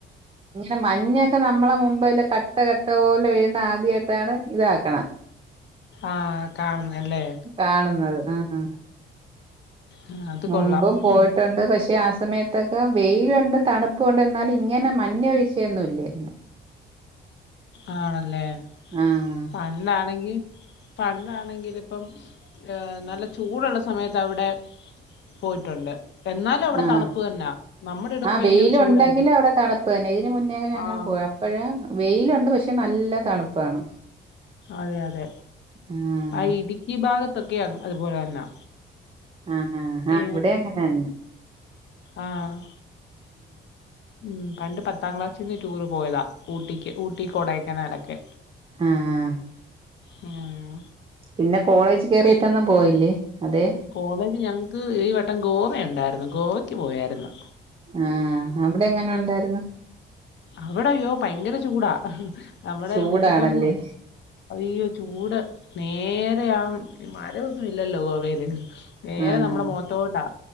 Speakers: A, on the right; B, on the left.
A: ഇങ്ങനെ മഞ്ഞൊക്കെ നമ്മളെ മുമ്പേല് കട്ട കട്ട പോലെ വീഴ്ണെ ആദ്യായിട്ടാണ് ഇതാക്ക്ണ്.
B: ആഹ് കാണുന്നേ അല്ലേ.
A: കാണുന്നത് ആഹ് ആഹ്.
B: ഉം, അത്
A: മുമ്പും
B: കൊള്ളാം
A: പോയിട്ടുണ്ട്
B: ഉം
A: പക്ഷെ ആ സമയത്തൊക്കെ വെയിലുണ്ട് തണുപ്പൂണ്ട് എന്നാലും ഇങ്ങനെ മഞ്ഞ്വീഴ്ച്ചയൊന്നും ഇല്ലായിരുന്നു.
B: ആണല്ലേ.
A: ആഹ്.
B: പണ്ടാണെങ്കി പണ്ടാണെങ്കിലിപ്പം. ഏഹ് നല്ല ചൂടുള്ള സമയത്തവിടെ പോയിട്ടുണ്ട്. എന്നാലും അവിടെ
A: ആഹ്
B: തണുപ്പ് തന്നാ നമ്മുടെ ഇവിടൊക്കെ
A: ആ
B: ഭയങ്കര
A: വെയിലൊണ്ടെങ്കിലും
B: ചൂടായിരിക്കും
A: അവിടെ തണുപ്പ് തന്നെ ഇതിന് മുന്നേക്കെ ഞങ്ങള്
B: ആഹ്
A: പോയ പ്പഴ് വെയിലുണ്ട് പക്ഷെ നല്ല തണ്പ്പാണ്.
B: അതെ അതെ
A: ആഹ്
B: ആ ഇടുക്കി ഭാഗത്തൊക്കെയാ അ അതുപോലെ തന്നാ.
A: ആഹ ആഹ് ആഹ്
B: ഈ
A: ഇവിടെ അങ്ങനെന്നേ.
B: ആഹ്. ഉം പണ്ട് പത്താം ക്ലാസ്സിന്ന് ടൂറ് പോയതാ ഊട്ടിക്ക് ഊട്ടി കൊടൈക്കനാലൊക്കെ.
A: ആഹ് ആഹ്.
B: ഉം.
A: പിന്നെ കോളേജ് കേറീട്ടൊന്നും പോയില്ലേ അതെ.
B: കോളേജ് ഞങ്ങക്ക് ഈ വട്ടം ഗോവ ഒണ്ടായിരുന്നു ഗോവക്ക് പോയായിരുന്നു.
A: ആഹ് അവിടെങ്ങനെ ഉണ്ടായിരുന്നു.
B: അവിടയ്യോ ഭയങ്കര ചൂടാ നമ്മടെ
A: ചൂടാണല്ലേ
B: ഇവിട്ത്തെ പോലൊന്നും അല്ല. അയ്യോ ചൂട് നേരയാ മരവൊന്നും ഇല്ലല്ലോ ഗോവേല്. നേരെ
A: ആഹ്
B: നമ്മളെ മോ ട്ടോണ്ടാ